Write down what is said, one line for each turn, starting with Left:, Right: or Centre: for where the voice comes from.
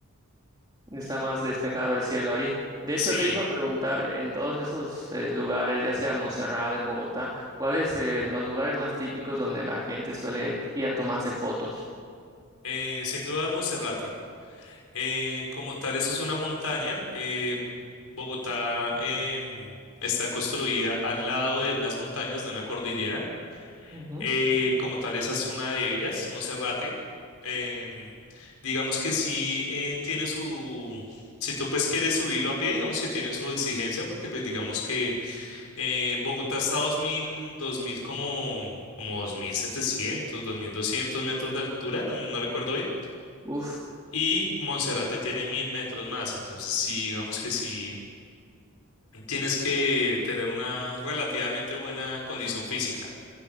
Right: está más despejado el cielo ahí. De
Left: Sí,
Right: hecho, te iba a preguntar en todos esos eh, lugares, ya sea Montserrat, en Bogotá, ¿cuáles son los lugares más típicos donde la gente suele ir a tomarse fotos?
Left: eh, sin duda Monserrate. Eh, como tal, eso es una montaña. eh, Bogotá em, está construida al lado de unas montañas, de una cordillera.
Right: Ujú.
Left: Eh, como tal, esa es una de ellas, Monserrate. Em, digamos que sí eh, tiene su... Si tú pues quieres subirlo a pie, digamos que tienen su exigencia, porque pues digamos que eh, Bogotá está a dos mil, dos mil como, como dos dos mil setecientos, dos mil doscientos metros de altura, no, no recuerdo bien.
Right: Uf,
Left: Y Monserrate tiene mil metros más, entonces sí, digamos que sí, tienes que tener una relativamente buena condición física